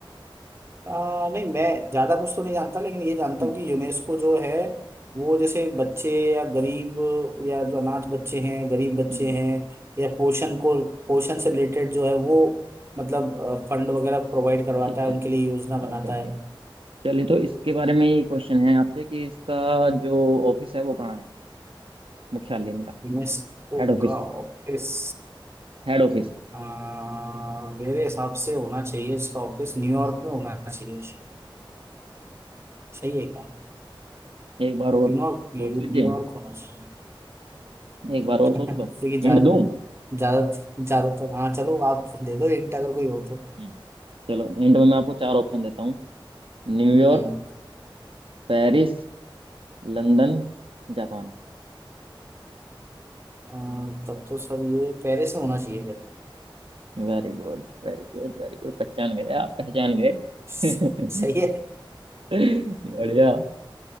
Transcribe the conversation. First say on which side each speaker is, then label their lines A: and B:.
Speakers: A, on the right; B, on the right.
A: आ, नहीं मैं ज्यादा कुछ तो नहीं जानता लेकिन ये जानता
B: हम्म
A: हूँ कि यूनेस्को जो है वो जैसे बच्चे या गरीब या जो अनाथ बच्चे हैं गरीब बच्चे
B: हम्म,
A: हैं या पोषण को पोषण से रिलेटेड जो है वो मतलब फंड वगैरह प्रोवाइड करवाता
B: ठीक
A: है
B: है
A: उनके लिए योजना बनाता
B: Okay okay
A: है
B: चलिए तो इसके बारे में ये क्वेश्चन है आपसे कि इसका जो ऑफिस है वो कहाँ है मुख्यालय इनका
A: यूनेस्को
B: Head office
A: का ऑफिस
B: Head office
A: आ, मेरे हिसाब से होना चाहिए इसका ऑफिस न्यूयॉर्क में होना चाहिए शायद। सही है क्या
B: एक बार और
A: न्यूयॉर्क
B: सोच लीजिए
A: न्यूयॉर्क होना चाहिए
B: एक बार और
A: <laughs>
B: सोच
A: क्योंकि
B: लो
A: ज्यादा
B: हिंट दूं
A: ज्यादा ज्यादातर हाँ चलो आप दे दो हिंट अगर कोई हो तो
B: हम्म, चलो हिंट में मैं आपको चार ऑप्शन देता हूँ New York
A: हम्म
B: Paris London Japan
A: अ, तब तो सर ये पेरिस में होना चाहिए फिर
B: Very good very good very good पहचान गए आप पहचान गए
A: स- सही
B: <laughs>
A: है
B: बढ़िया
A: <laughs>